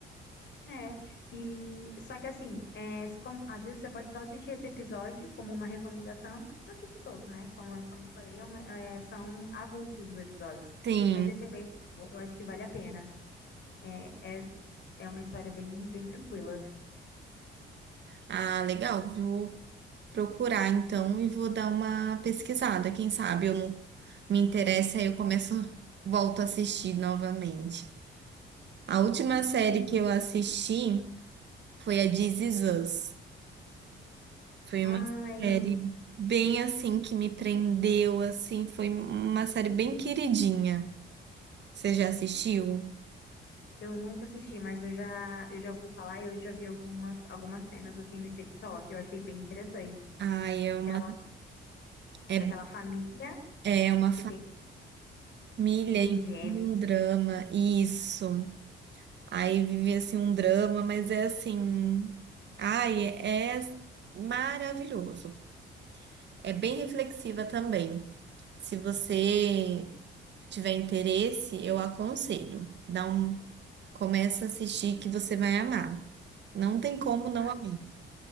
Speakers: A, on the left; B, on the right.
A: É, e só que assim, é, se como- às vezes você pode só assistir esse episódio como uma recomendação, não precisa assistir todos, né? Como, eu- como eu falei, é uma- é, são avulsos os episódios.
B: Sim.
A: Mas esse é bem legal, eu acho que vale a pena. É, é É uma história bem, bem tranquila.
B: Ah, legal. Vou procurar então e vou dar uma pesquisada. Quem sabe eu não me interessa, aí eu começo, volto a assistir novamente. A última série
A: Mas,
B: que eu assisti foi a This Is
A: hum,
B: Us. Foi uma
A: ai,
B: série
A: eu,
B: bem assim que me prendeu, assim, foi uma série bem queridinha. Você já assistiu?
A: eu nunca assisti, mas eu já, eu já ouvi falar e eu já vi algumas, algumas cenas assim no TikTok. Eu achei bem interessante.
B: Ai, é uma
A: Aquela,
B: é,
A: daquela família
B: é uma
A: que tem,
B: família
A: que tem
B: e
A: gêmeos.
B: um drama, isso. Aí vive assim um drama, mas é assim, ai, é, é maravilhoso. É bem reflexiva também. Se você tiver interesse, eu aconselho. Dá um, começa a assistir que você vai amar. Não tem como não
A: né?
B: amar.